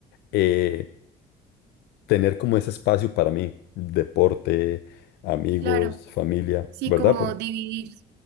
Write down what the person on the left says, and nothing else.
eh, tener como ese espacio para mí, deporte, amigos,
familia,
¿verdad?